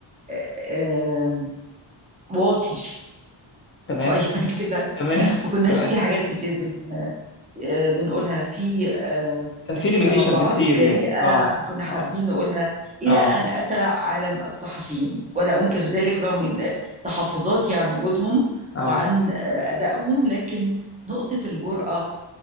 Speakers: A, on the right; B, on the left.
A: آه، آه، واطي
B: تمام
A: شوية <laughs> كده
B: تمام
A: ما
B: <laughs>
A: كناش
B: تمام
A: في حاجات كتير بن- آه، بنقولها في آه،
B: كان في ليميتيشنز
A: موضوعات
B: كتير
A: جريئة
B: يعني اه
A: كنا حابين
B: اه
A: نقولها إلى
B: اه
A: أن أتى عالم الصحفيين ولا أنكر ذلك رغم إن تحفظاتي عن وجودهم
B: اه
A: وعن آه، أدائهم لكن نقطة الجرأة